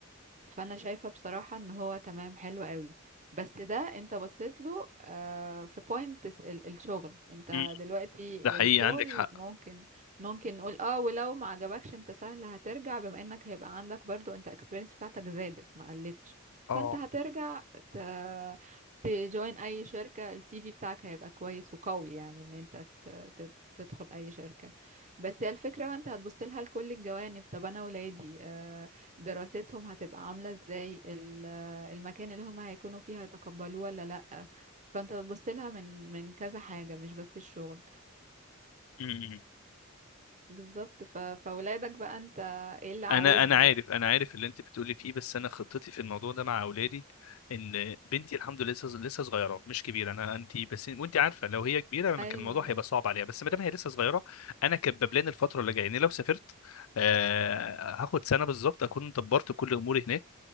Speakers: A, on the right; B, on the left.
A: فانا شايفة بصراحة ان هو تمام حلو قوي بس ده انت بصيت له آه، في بوينت الشغل انت
B: مم.
A: دلوقتي
B: ده حقيقي
A: الشغل
B: عندك حق
A: ممكن ممكن نقول اه ولو ما عجبكش انت سهل هترجع بما انك هيبقى عندك برضو انت اكسبيرينس بتاعتك زادت ما قلتش فانت
B: اه
A: هترجع ت... تجوين اي شركة السي في بتاعك هيبقى كويس وقوي يعني ان انت ت... ت... تدخل اي شركة بس هي الفكرة بقى انت هتبص لها لكل الجوانب طب انا ولادي آه، دراستهم هتبقى عاملة ازاي ال- المكان اللي هم هيكونوا فيه هيتقبلوه ولا لأ فانت بتبص لها من من كذا حاجة مش بس الشغل
B: امم
A: بالظبط ف... فولادك بقى انت ايه اللي عاوز
B: انا انا عارف انا عارف اللي انت بتقولي فيه بس انا خطتي في الموضوع ده مع اولادي ان بنتي الحمد لله لسه لسه صغيره مش كبيره انا انت بس وانت عارفه لو هي كبيره ما
A: ايوه
B: كان الموضوع هيبقى صعب عليها بس ما دام هي لسه صغيره انا كباب لنا الفتره اللي جايه يعني لو سافرت آه هاخد سنه بالظبط اكون دبرت كل اموري هناك